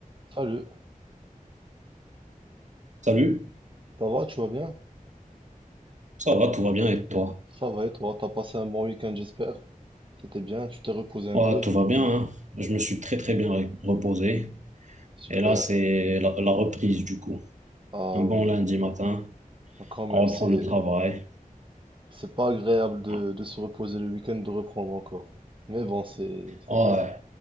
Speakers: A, on the right; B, on the right.
A: Salut,
B: Salut,
A: ça va, tu vas bien?
B: ça va, tout va bien et toi?
A: Ça va et toi, t'as passé un bon week-end, j'espère. C'était bien, tu t'es reposé un
B: Ouais,
A: peu?
B: tout va bien, hein. Je me suis très très bien ré- reposé.
A: Super.
B: Et là, c'est la, la reprise du coup.
A: Ah
B: Un bon
A: oui,
B: lundi matin,
A: Ah, quand même,
B: on reprend
A: c'est
B: le travail.
A: c'est pas agréable de,
B: Ouais,
A: de se reposer le week-end, de reprendre encore. Mais bon, c'est
B: Ouais,